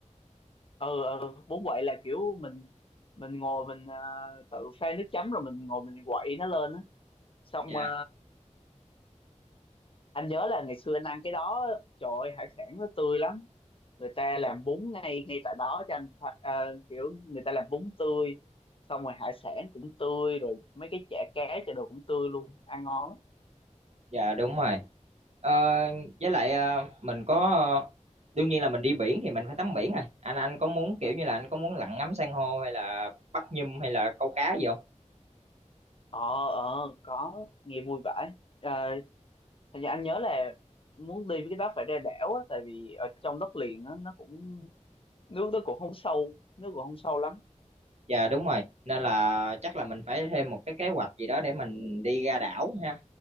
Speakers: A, on the left (about 45°); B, on the right (about 60°).
A: ừ, ừ bún quậy là kiểu mình mình ngồi mình ờ, tự pha nước chấm rồi mình ngồi mình quậy nó lên á xong
B: dạ
A: ờ, anh nhớ là ngày xưa anh ăn cái đó trời ơi hải sản nó tươi lắm người ta làm bún ngay ngay tại đó cho anh tha- ờ, kiểu người ta làm bún tươi xong rồi hải sản cũng tươi rồi mấy cái chả cá chả đồ cũng tươi luôn ăn ngon lắm
B: dạ đúng rồi Ờ, với lại ờ, mình có ờ, đương nhiên là mình đi biển thì mình phải tắm biển rồi. Anh anh có muốn kiểu như là anh có muốn lặn ngắm san hô hay là bắt nhum hay là câu cá gì không?
A: ờ ờ có nghe vui vãi à, thật ra anh nhớ là muốn đi với cái đó phải ra đảo á tại vì ở trong đất liền nó nó cũng nước nó cũng không sâu nước cũng không sâu lắm
B: Dạ đúng rồi. Nên là chắc là mình phải thêm một cái kế hoạch gì đó để mình đi ra đảo ha.